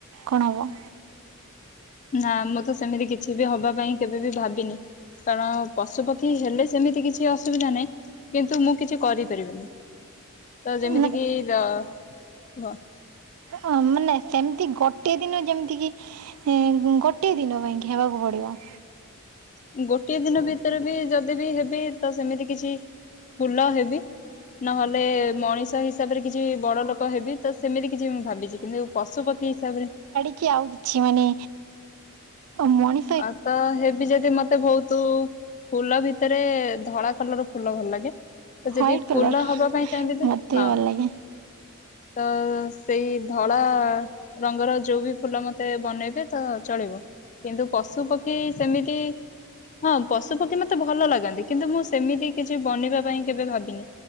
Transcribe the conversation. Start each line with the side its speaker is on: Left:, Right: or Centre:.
Right: କଣ ହବ?
Left: ନା ମୁଁ ତ ସେମିତି କିଛି ବି ହବା ପାଇଁ କେବେ ବି ଭାବିନି। କାରଣ ପଶୁପକ୍ଷୀ ହେଲେ ସେମିତି କିଛି କିଛି ଅସୁବିଧା ନାହିଁ କିନ୍ତୁ ମୁଁ କିଛି କରିପାରିବିନି। ତ ଯେମିତି
Right: ନା-
Left: କି ର ହୁହ <unintelligible>
Right: ଅ ମାନେ ସେମିତି ଗୋଟେ ଦିନ ଯେମିତି କି ଏଁ ଗୋଟିଏ ଦିନ ପାଇଁ କି ହେବାକୁ ପଡିବ।
Left: ଗୋଟଏ ଦିନ ଭିତରେ ବି ଯଦି ବି ହେବି ତ ସେମିତି କିଛି ଫୁଲ ହେବି ନହେଲେ ମଣିଷ ହିସାବରେ କିଛି ବଡ ଲୋକ ହେବି। ତ ସେମିତି କିଛି ମୁଁ ଭାବିଛି କିନ୍ତୁ ପଶୁପତି ହିସାବରେ
Right: କି ଆଉ କିଛି ମାନେ ମଣି
Left: ଆଉ ତ ହେବି ଯଦି ମତେ ବହୁତ ଫୁଲ ଭିତରେ ଧଳା କଲର ଫୁଲ ଭଲ ଲାଗେ। ତ
Right: ହ୍ୱାଇଟ୍
Left: ଯଦି ଫୁଲ
Right: କଲର୍
Left: ହବା ପାଇଁ <unintelligible>
Right: ମୋତେ
Left: ହଁ।
Right: ଭଲ ଲାଗେ
Left: ତ ସେଇ ଧଳା ରଙ୍ଗର ଯୋଉ ବି ଫୁଲ ମତେ ବନେଇବେ ତ ଚଳିବ କିନ୍ତୁ ପଶୁ ପକ୍ଷୀ ସେମିତି ହଁ ପଶୁ ପକ୍ଷୀ ମତେ ଭଲ ଲାଗନ୍ତି କିନ୍ତୁ ମୁଁ ସେମିତି କିଛି ବନିବା ପାଇଁ କେବେ ଭାବିନି।